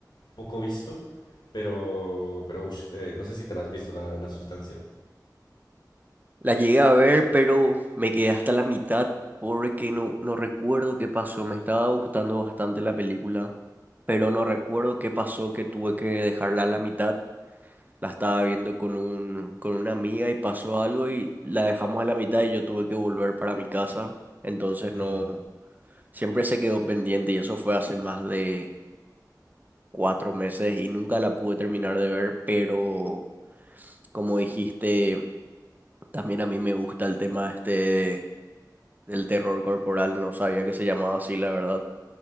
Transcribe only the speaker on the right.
La llegué a ver, pero me quedé hasta la mitad porque no, no recuerdo qué pasó. Me estaba gustando bastante la película, pero no recuerdo qué pasó que tuve que dejarla a la mitad. La estaba viendo con un, con una amiga y pasó algo y la dejamos a la mitad y yo tuve que volver para mi casa. Entonces
no. Siempre se quedó pendiente y eso fue hace más de cuatro meses y nunca la pude terminar de ver, pero como dijiste, también a mí me gusta el tema este del terror corporal, no sabía que se llamaba así, la verdad,